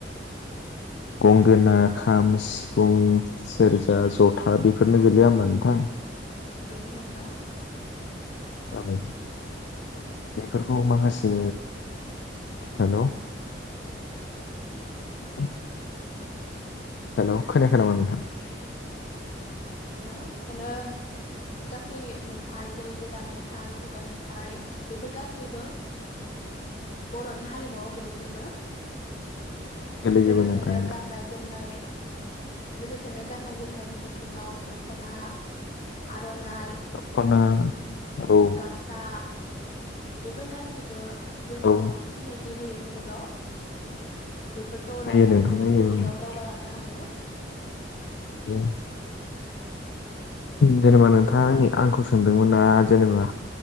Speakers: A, on the left (about 70°); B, on the left (about 45°).
A: गंगोना, खाम, सिफुं, सेरजा, जथा बेफोरनो गोलैया होमबा नोंथां ।
B: गोलै नोंथां ।
A: औ बेफोरखौ माखासे हेलै <inaudible> हेलौ खोनायाखै नामा नोंथां ।
B: थां ओ ओ । गासै मेथाइ जेरै गोदान मेथाइ, खुगा मेथाइ बेफोर गासैबो बर' नि हारिमुआव गोलैजोबो
A: गोरलै
B: लोगोसेनो
A: जेबो नोंथां
B: गाननाय जोमनाय लोगोसेनो गाननाय जोमनायनि बिथिङाव दखना आर आरनाय
A: खना औ
B: गामसा बेफोर गासैबो जोंखौ
A: औ
B: सिनायथि होयो मुलुगाव बेफोरखौ लानानैनो
A: होयो नोंथां होयो
B: मुलुगाव
A: औ।
B: दावगालांनो हायो ।
A: उम जेनेबा नोंथाङानि आंखौ सोंदोंमोन ना जेनेबा